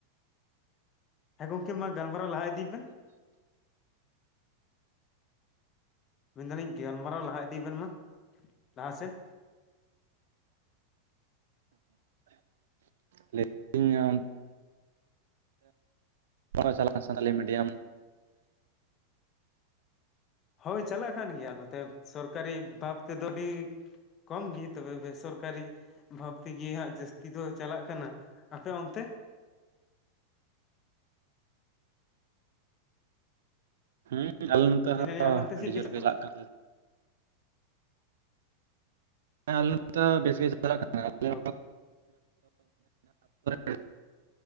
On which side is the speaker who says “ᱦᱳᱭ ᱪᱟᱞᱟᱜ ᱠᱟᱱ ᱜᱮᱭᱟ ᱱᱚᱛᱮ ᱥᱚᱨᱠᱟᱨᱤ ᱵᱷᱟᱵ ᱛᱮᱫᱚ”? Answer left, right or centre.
Left